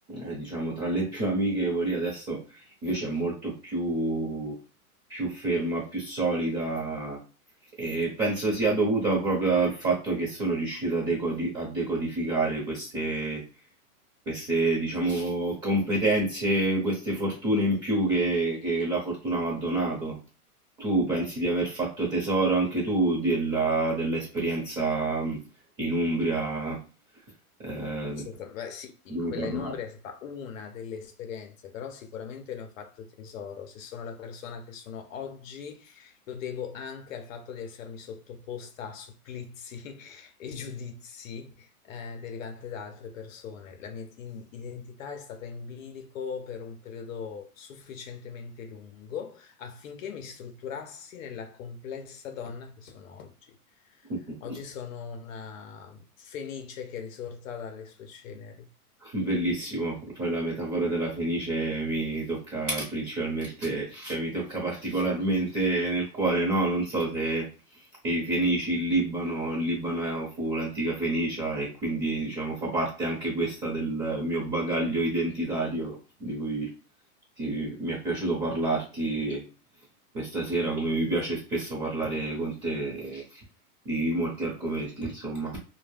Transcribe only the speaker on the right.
eh, diciamo, tra le più amichevoli, adesso invece è molto più, più ferma, più solida. E penso sia dovuta proprio al fatto che sono riuscito a, decodi- a decodificare queste, queste, diciamo, competenze, queste fortune in più che, che la fortuna mi ha donato. Tu pensi di aver fatto tesoro anche tu della, dell'esperienza mh, in Umbria, eh,
di
cui
parlavi?
<laughs>
Bellissimo, poi la metafora della fenice mi tocca principalmente, cioè mi tocca particolarmente nel cuore, no? Non so se i Fenici, il Libano, il Libano è- fu l'antica Fenicia e quindi diciamo fa parte anche questa del mio bagaglio identitario di cui ti- mi è piaciuto parlarti questa sera, come mi piace spesso parlare con te di molti argomenti, insomma.